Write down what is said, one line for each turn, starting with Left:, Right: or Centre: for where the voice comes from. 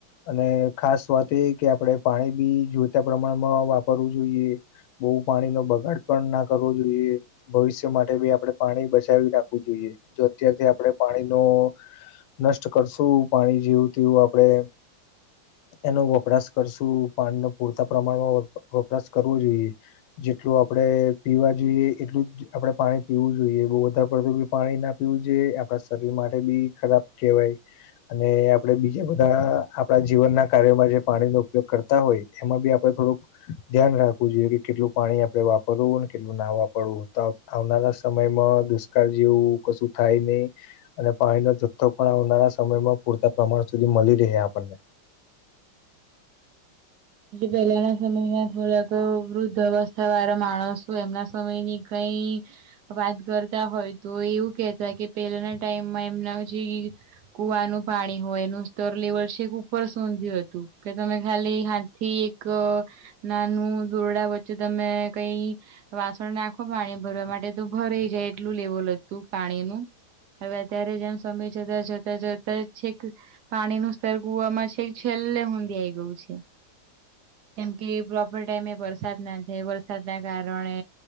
Left: અને ખાસ વાત એ કે આપણે પાણી બી જોતા પ્રમાણમાં વાપરવું જોઈએ. બહુ પાણી નો બગાડ પણ ના કરવો જોઈએ. ભવિષ્ય માટે બી આપડણે પાણી બચાવી રાખવું જોઈએ જો અત્યારથી આપણે પાણી નો. નષ્ટ કરશું પાણી જેવું તેવું આપડે. એનો વપરાશ કરશું પાણી ન પૂરતા પ્રમાણમાં વપ વપરાશ કરવો જોઈએ. જેટલું આપડે પીવા જોઈએ એટલું જ. આપડે પાણી પીવું જોઈએ બહુ વધારે પડતું બી પાણી ના પીવું જોઈએ આપણા શરીર માટે બી ખરાબ કહેવાય. અને આપડે બીજા બધા આપણા જીવનના કાર્યોમાં જે પાણીનો ઉપયોગ કરતા હોય એમાં બી આપડે થોડુંક. ધ્યાન રાખવું જોઈએ કે કેટલું પાણી આપડે વાપરવુંને કેટલું ના વાપરવું. આવનારા સમયમાં દુષ્કાળ જેવું કશું થાય નહી. અને પાણીનો જથ્થો પણ આવનારા સમયમાં પૂરતા પ્રમાણ સુધી મળી રહે આપણને
Right: પેલાના સમયના થોડાક વૃદ્ધ અવસ્થા વાળા માણસો એમના સમય ની કઈ વાત કરતા હોય તો એવું કેહેતા કે પહેલાના ટાઈમમાં એમના જે કુવાનું પાણી હોય એનું સ્તર લેવલ છેક ઉપર સોંધ્યું હતું કે તમે ખાલી થી એક નાનું દોરડા વચ્ચે તમે કઈ. વાસણ નાખો પાણી ભરવા માટે તો ભરેઈ જાય એટલું લેવલ હતું પાણી નું. હવે અત્યારે જેમ સમય છતા જોતાં જોતા છેક. પાણી નું સ્તર કુવામાં છે છેલ્લે ઊંધી આઈ ગયું છે. જેમ કે પ્રોપર ટાઈમે વરસાદ ના થાય વરસાદ ના કારણે